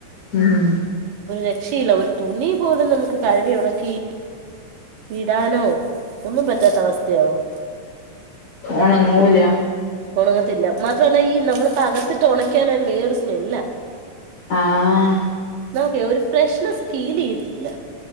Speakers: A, on the left; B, on the right.
A: ഉം
B: രക്ഷയില്ല ഒരു തുണി പോലും നമുക്ക് കഴവി ഉണക്കി ഇടാനോ ഒന്നും പറ്റാത്ത അവസ്ഥയാവും
A: ഉണങ്ങൂല
B: ഉണങ്ങത്തില്ല മാത്രല്ല ഈ നമ്മളിപ്പോ അകത്തിട്ട് ഉണക്കിയാല് അതിന് വേറൊരു സ്മെല്ലാ
A: ആഹ്
B: നമുക്ക് ഒരു ഫ്രഷ്നെസ്സ് ഫീൽ ചെയ്യത്തില്ല.